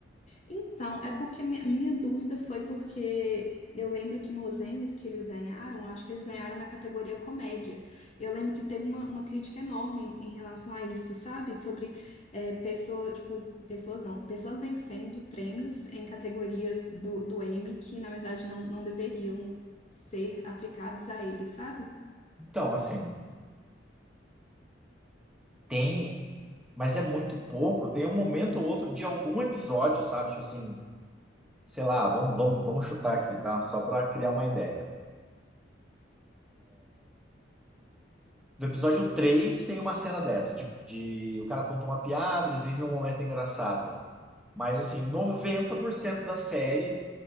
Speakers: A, on the left (about 35°); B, in the centre.
A: Então, é porque minha, minha dúvida foi porque eu lembro que nos Emmys que eles ganharam, acho que eles ganharam na categoria comédia. Eu lembro que teve uma, uma crítica enorme em, em relação a isso, sabe? Sobre é, pessoas, tipo, pessoas não, pessoas vencendo prêmios em categorias do, do Emmy que, na verdade, não, não deveriam ser aplicados a eles, sabe?
B: Então, assim, tem. Mas é muito pouco. Tem um momento ou outro de algum episódio, sabe? Tipo assim, sei lá, vamos, vamos, vamos chutar aqui, tá? Só pra criar uma ideia. No episódio 3 tem uma cena dessa, de, de o cara conta uma piada, eles vivem um momento engraçado. Mas assim, 90% da série